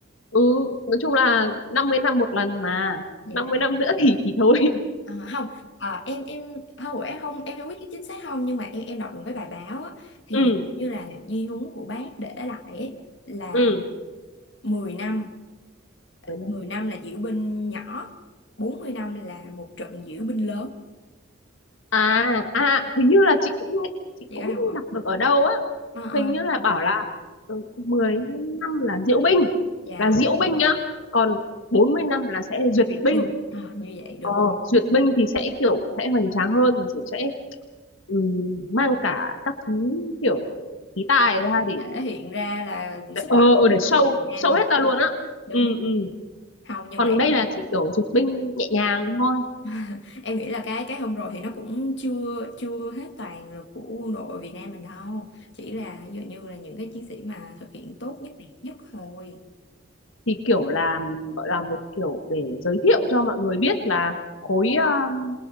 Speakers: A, on the left (about 75°); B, on the left (about 55°).
A: ừ nói chung là 50 năm một lần mà
B: dạ
A: 50 năm nữa thì thì thôi
B: À, không à, em em không em không em không biết chính xác không nhưng mà em em đọc được cái bài báo á,
A: <laughs>
B: thì
A: ừ
B: như là di huấn của bác để lại ấy, là
A: ừ
B: 10 năm
A: Cuối năm
B: 10
A: này.
B: năm là diễu binh nhỏ 40 năm là một trận diễu binh lớn
A: à à hình như là chị cũng nghe- chị
B: chị
A: cũng
B: có đọc không
A: đọc được ở đâu á
B: Ờ, ờ,
A: hình như là bảo là ừ, 10 năm là diễu binh
B: và
A: là diễu binh nhá còn 40 năm là sẽ duyệt
B: Việt
A: binh
B: binh Ờ, như vậy đúng
A: ờ,
B: không
A: duyệt binh thì sẽ kiểu sẽ hoành tráng hơn và kiểu sẽ ừ, mang cả các thứ kiểu khí tài ra để
B: thể hiện ra là
A: để-
B: sức
A: ờ
B: mạnh
A: ừ, để show
B: của Việt Nam
A: show
B: mình
A: hết ta luôn á
B: đúng
A: ừ
B: không
A: ừ
B: không nhưng
A: còn
B: mà
A: đây là chỉ kiểu duyệt binh nhẹ nhàng thôi
B: <laughs> em nghĩ là cái cái hôm rồi thì nó cũng chưa chưa hết toàn lực của quân đội Việt Nam mình đâu chỉ là ví dụ như là những cái chiến sĩ mà thực hiện tốt nhất đẹp nhất thôi
A: thì kiểu là gọi là một kiểu để giới thiệu cho mọi người biết là khối um,